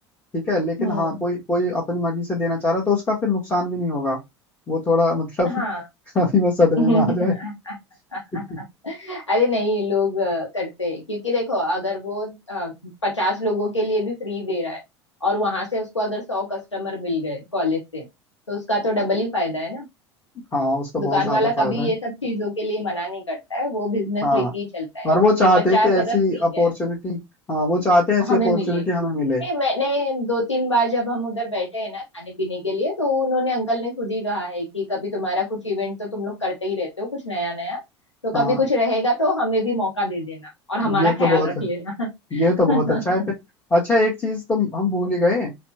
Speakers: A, on the left; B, on the left.
A: ठीक है लेकिन
B: हम्म
A: हाँ कोई कोई अपनी मर्जी से देना चाह रहा है तो उसका फिर नुकसान भी नहीं होगा वो थोड़ा मतलब
B: हाँ
A: <laughs> अभी वो सदमे
B: <laughs>
A: में आ जाए
B: अरे
A: <laughs>
B: नहीं लोग अ, करते हैं क्योंकि देखो अगर वो पचास लोगों के लिए भी फ्री दे रहा है और वहां से उसको अगर सौ कस्टमर मिल गए कॉलेज से तो उसका तो डबल ही फायदा है ना
A: हाँ उसका बहुत
B: दुकान
A: ज्यादा
B: वाला
A: फायदा
B: कभी
A: है
B: ये सब चीजों के लिए मना नहीं करता है वो बिजनेस
A: हाँ
B: लेके ही चलता है
A: और
B: कि
A: वो चाहते
B: पचास
A: हैं कि
B: अगर
A: ऐसी
B: फ्री
A: अपॉर्चुनिटी
B: गया
A: हाँ वो चाहते हैं ऐसी
B: हमें
A: अपॉर्चुनिटी
B: मिले
A: हमें मिले
B: नहीं मैंने दो तीन बार जब हम उधर बैठे हैं ना खाने पीने के लिए तो उन्होंने अंकल ने खुद ही कहा है कि कभी तुम्हारा कुछ इवेंट तो तुम लोग करते ही रहते हो कुछ नया नया तो
A: हाँ
B: कभी कुछ रहेगा तो हमें भी मौका दे देना और हमारा
A: ये तो
B: ख्याल
A: बहुत
B: रख लेना
A: ये तो बहुत
B: <laughs>
A: अच्छा है फिर अच्छा एक चीज तो हम भूल ही गए